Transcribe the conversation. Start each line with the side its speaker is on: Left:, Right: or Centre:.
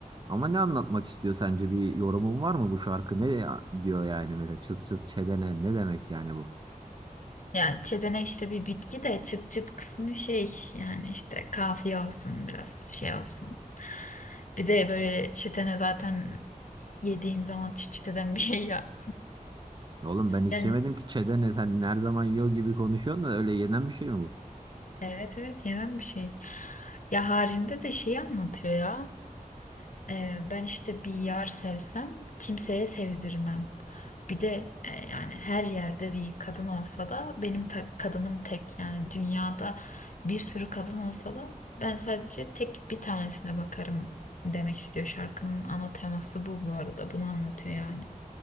Right: Ama ne anlatmak istiyor sence bir yorumun var mı bu şarkı ne ya- diyor yani mesela çıt çıt çedene ne demek yani bu?
Left: Yani çetene işte bir bitki de çıt çıt kısmı şey yani işte kafiye olsun biraz şey olsun. Bir de böyle çetene zaten yediğin zaman çıt çıt eden bir şey ya.
Right: Oğlum ben hiç
Left: Yani
Right: yemedim ki çedene sen her zaman yiyor gibi konuşuyorsun da öyle yenen bir şey mi bu?
Left: evet evet yenen bir şey. Ya haricinde de şeyi anlatıyor ya. Ee, ben işte bir yer sevsem kimseye sevdirmem. Bir de e, yani her yerde bir kadın olsa da benim ta- kadınım tek. Yani dünyada bir sürü kadın olsa da ben sadece tek bir tanesine bakarım demek istiyor. Şarkının ana teması bu bu arada. Bunu anlatıyor yani.